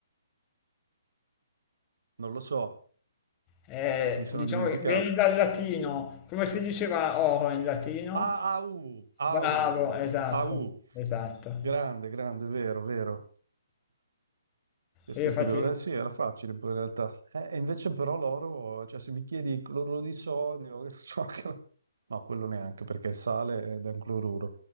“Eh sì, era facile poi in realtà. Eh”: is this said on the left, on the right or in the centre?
Right